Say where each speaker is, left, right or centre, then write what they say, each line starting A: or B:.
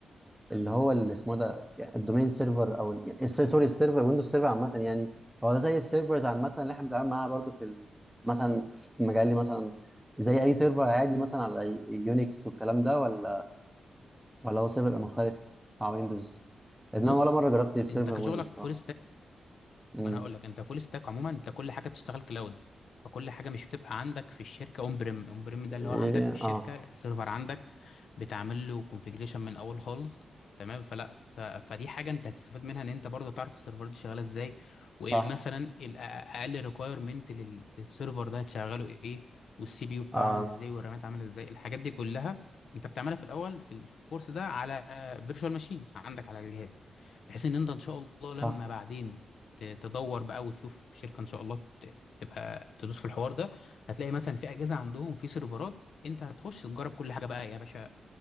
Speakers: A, in the centre; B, on the left (about 70°).
A: اللي هو اللي اسمه ده يعني الدومين سيرفر او ال- يعني الس- سوري السيرفر ويندوز سيرفر عامه يعني هو ده زي السيرفرز عامه اللي احنا بنتعامل معاها برضو في ال- مثلا في مجالي مثلا زي اي سيرفر عادي مثلا على يونكس والكلام ده ولا ولا هو سيرفر يبقى مختلف بتاع ويندوز
B: بص
A: انما ولا مره جربت بسيرفر
B: انت كشغلك
A: ويندوز بصراحه
B: فول
A: امم
B: ما انا هقول لك انت فول ستاك عموما انت كل حاجه بتشتغل كلاود فكل حاجه مش بتبقى عندك في الشركه اون بريم اون بريم ده اللي
A: إيه
B: هو عندك في الشركه
A: اه
B: السيرفر عندك بتعمل له كونفيجريشن من اول خالص تمام فلا ف- فدي حاجه انت هتستفاد منها ان انت برضه تعرف السيرفر دي شغاله ازاي
A: صح
B: وايه مثلا الاقل ريكويرمنت للسيرفر ده هتشغله ايه والسي بي يو بتاعه
A: اه
B: عامل ازاي والرامات عامله ازاي الحاجات دي كلها انت بتعملها في الاول في الكورس ده على فيرتشوال ماشين عندك على الجهاز بحيث ان انت ان شاء الله
A: صح
B: لما بعدين ت- تدور بقى وتشوف شركه ان شاء الله ت- تبقى تدوس في الحوار ده هتلاقي مثلا في اجهزه عندهم وفي سيرفرات انت هتخش تجرب كل حاجه بقى يا باشا